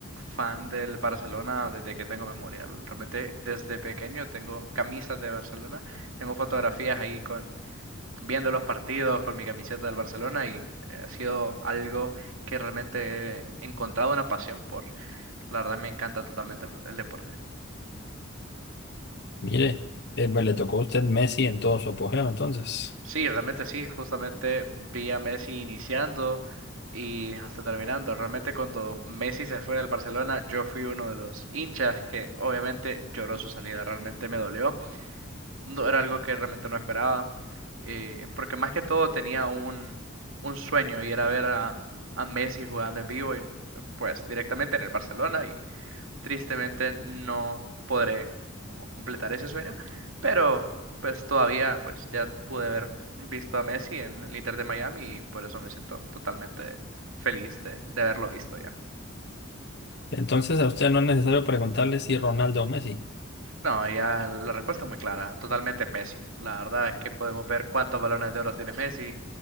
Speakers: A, on the right (about 70°); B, on the left (about 55°).
A: fan del Barcelona desde que tengo memoria. Realmente desde pequeño tengo camisas de Barcelona, tengo fotografías ahí con viendo los partidos con mi camiseta del Barcelona y ha sido algo que realmente he encontrado una pasión por. La verdad me encanta totalmente el, el deporte.
B: Mire, eh, pues le tocó a usted Messi en todo su apogeo, entonces.
A: Sí, realmente sí, justamente vi a Messi iniciando y hasta terminando. Realmente cuando Messi se fue del Barcelona, yo fui uno de los hinchas que obviamente lloró su salida, realmente me dolió. No era algo que realmente no esperaba, eh, porque más que todo tenía un, un sueño y era ver a, a Messi jugando en vivo y pues directamente en el Barcelona Tristemente no podré como completar ese sueño, pero pues todavía pues ya pude haber visto a Messi en el Inter de Miami y por eso me siento totalmente feliz de, de haberlo visto ya.
B: Entonces a usted no es necesario preguntarle si Ronaldo o Messi,
A: No, ya la respuesta es muy clara, totalmente es Messi. La verdad es que podemos ver cuántos balones de oro tiene Messi,